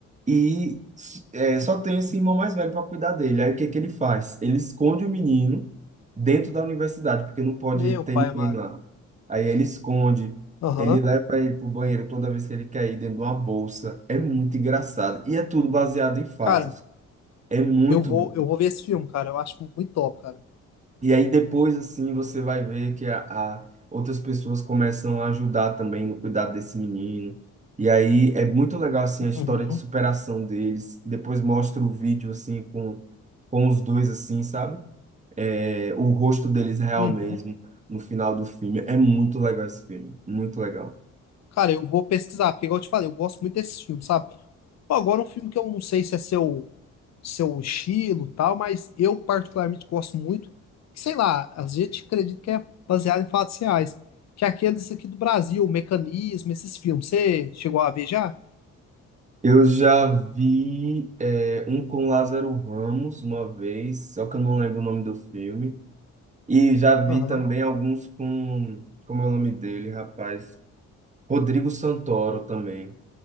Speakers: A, on the right (about 25°); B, on the left (about 60°).
A: e é, só tem esse irmão mais velho para cuidar dele. Aí o que que ele faz? Ele esconde o menino dentro da universidade, porque não pode
B: Meu
A: ter
B: pai
A: ninguém
B: amado.
A: lá. Aí ele esconde,
B: Aham,
A: ele leva ele pro banheiro toda vez que ele quer ir dentro de uma bolsa. É muito engraçado e é tudo baseado em fatos.
B: Cara,
A: É muito
B: eu vou,
A: bom.
B: eu vou ver esse filme, cara. Eu acho muito top, cara.
A: E aí depois, assim, você vai ver que a, a- outras pessoas começam a ajudar também no cuidado desse menino. E aí é muito legal, assim, a história
B: Uhum,
A: de superação deles. Depois mostra o vídeo, assim, com, com os dois, assim, sabe? É, o rosto deles real
B: uhum.
A: mesmo no final do filme. É muito legal esse filme, muito legal.
B: Cara, eu vou pesquisar, porque igual eu te falei, eu gosto muito desse filme, sabe? Pô, Agora um filme que eu não sei se é seu, seu estilo, e tal, mas eu particularmente gosto muito, que sei lá, a gente acredita que é baseado em fatos reais, que é aqueles aqui do Brasil, o Mecanismo, esses filmes. Você chegou a ver já?
A: Eu já vi, é, um com Lázaro Ramos uma vez, só que eu não lembro o nome do filme. E já vi
B: Aham.
A: também alguns com, como é o nome dele, rapaz? Rodrigo Santoro também.